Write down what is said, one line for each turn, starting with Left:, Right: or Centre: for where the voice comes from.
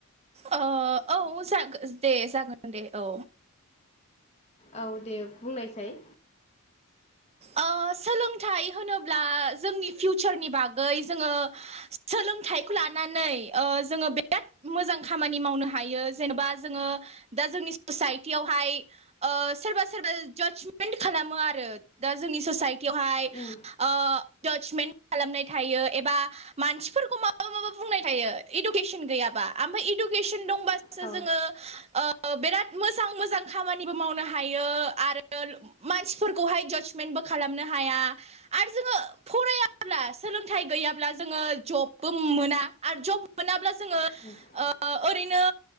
Right: ओ औ जाग दे जागोन देऔ
Left: औ दे बुंनायसाय
Right: ओ सोलोंथाइ होनोब्ला जोंनि फिउचारनि बागै जोङो सोलोंथाइखौ लानानै ओ जोङो बिराद मोजां खामानि मावनो हायो जेनेबा जोङो दा जोंनि ससाइटियावहाय ओ सोरबा सोरबा जासमेन्ट खालामो आरो दा जोंनि ससाइटियावहाय
Left: उम
Right: ओ जासमेन्ट खालामनाय थायो एबा मानसिफोरखौ मा <unintelligible> बुंनाय थायो इदुकेसन गैयाबा आमफाय इदुकेसन दंबा सो
Left: औ
Right: जोङो ओ बिराद मोजां मोजां खामानिबो मावनो हायो आरो मानसिफोरखौहाय जास मेनबो खालामनो हाया आरो जोङो फरायाब्ला सोलोंथाइ गैयाब्ला जोङो जबबो मोना आरो जब मोनाब्ला जोङो
Left: <inaudible>
Right: ओ ओरैनो